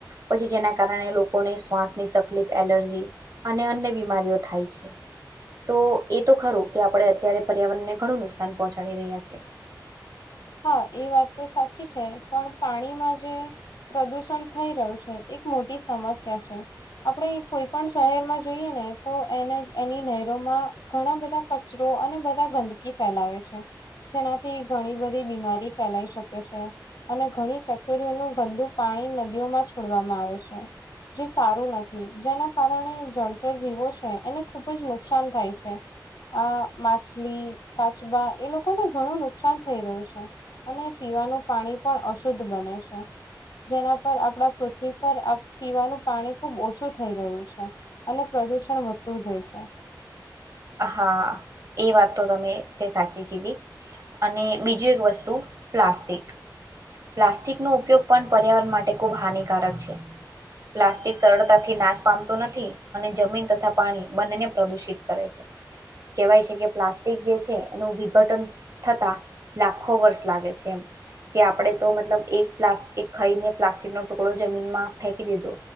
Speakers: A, on the right; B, on the left.
A: પછી જેના કારણે લોકોને શ્વાસની તકલીફ એલર્જી અને અન્ય બીમારીઓ થાય છે તો એ તો ખરું કે આપડડે અત્યારે પર્યાવરણને ઘણું નુકસાન પહોંચાડી રહ્યા છે.
B: હા, એ વાત તો સાચી છે, પણ પાણીમાં જે પ્રદુષણ થઈ રહ્યું છે એક મોટી સમસ્યા છે. આપણે કોઈ પણ શહેરમાં જોઈએ ને તો એને એની નહેરોમાં ઘણા બધા કચરો તો અને બધા ગંદકી ફેલાવે છે જેનાથી ઘણી બ ભી બીમારી ફેલાઈ શકે છે. અને ઘણી ફેક્ટરીઓનું ગંદુ પાણી નદીઓમાં છોડવામાં આવે છે. જે સારું નથી જેના કારણે જળ જર જીવો છે એને ખૂબ જ નુકસાન થાય છે. આ માછલી, કાચબા એ લોકોને ઘણું નુકસાન થઈ રહ્યું છે અને પીવાનું પાણી પણ અશુદ્ધ બને છે. જેના પર આપડા પૃથ્વી પર અહ પીવાનું પાણી ખુબ ઓછું થઈ રહ્યું છે અને પ્ર પ્રદૂષણ વધતું જય છે.
A: હા, એ વાત તો તમે તે સાચી કીધી. અને બીજું એક વસ્તુ પ્લાસ્ટિક. પ્લાસ્ટિકનો ઉપયોગ પણ પર્યાવરણ માટે ખૂબ હાનિકારક છે. પ્લાસ્ટિક સરળતાથી નાશ પામતો નથી અને જમીન તથા પાણી બંનેને પ્રદુષિત કરે છે.
B: <unintelligible>
A: કેવાય છે કે પ્લાસ્ટિક જે છે એનું વિઘટન થતા લાખો વર્ષ લાગે છે એમ. કે આપણે તો મતલબ એક પ્લાસ ખઈને પ્લાસ્ટિકનો ટુકડો જમીનમાં ફેંકી દીધો.